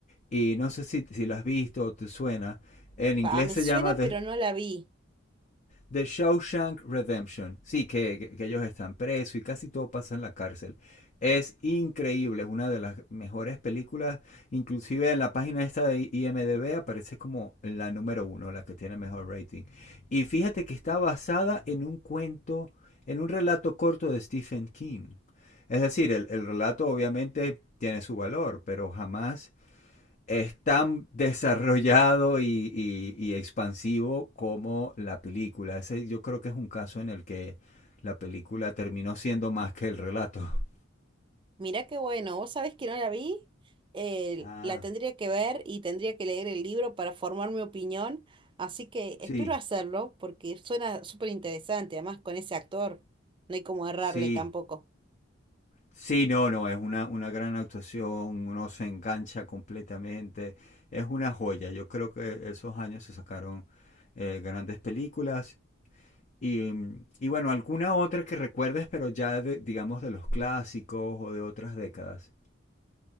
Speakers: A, on the left (about 40°); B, on the right (about 25°).
A: Y no sé si, si lo has visto o te suena. En inglés
B: Pa, me
A: se
B: suena
A: llama The,
B: pero no la vi.
A: The Shawshank Redemption. Sí, que, que- que ellos están presos y casi todo pasa en la cárcel. Es increíble, es una de las mejores películas. Inclusive en la página esta de IMDB aparece como la número uno, la que tiene mejor rating. Y fíjate que está basada en un cuento, en un relato corto de Stephen King. Es decir, el, el relato obviamente tiene su valor, pero jamás es tan desarrollado y, y- y expansivo como la película. Ese yo creo que es un caso en el que la película terminó siendo más que el relato. <laughs>
B: Mirá qué bueno, vos sabés que no la vi, eh,
A: Ah,
B: la tendría que ver y tendría que leer el libro para formar mi opinión, así que
A: sí,
B: espero hacerlo porque suena súper interesante, además con ese actor no hay como errarle
A: sí,
B: tampoco.
A: sí, no, no, es una, una gran actuación, uno se engancha completamente, es una joya. Yo creo que esos años se sacaron eh, grandes películas. Y, y bueno, alguna otra que recuerdes, pero ya de- digamos de los clásicos o de otras décadas.